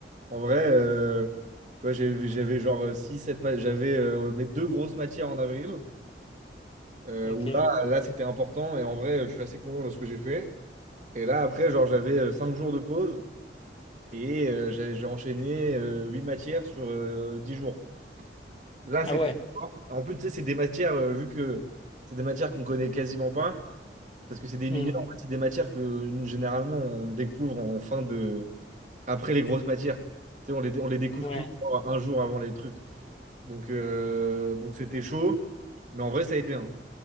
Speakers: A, on the right; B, on the left.
A: En vrai, euh, tu vois, j'ai- j'avais genre euh, six sept 7 j'avais euh, mes deux grosses matières en avril, euh,
B: Ok.
A: où là, là c'était important. Et en vrai, je suis assez content de ce que j'ai fait. Et là, après, genre, j'avais euh, 5 jours de pause. Et euh, j'ai j'ai enchaîné euh, huit matières sur euh, 10 jours. Là,
B: Ah
A: c'était
B: ouais.
A: fort. En plus, tu sais, c'est des matières, euh, vu que c'est des matières qu'on connaît quasiment pas, parce que c'est des
B: Hmm.
A: mineurs, en fait, c'est des matières que nous, généralement, on découvre en fin de... après les grosses matières. Tu sais, on les, on les découvre
B: Ouais.
A: tous genre, un jour avant les trucs. Donc, euh, donc c'était chaud. Mais en vrai, ça a été. hein.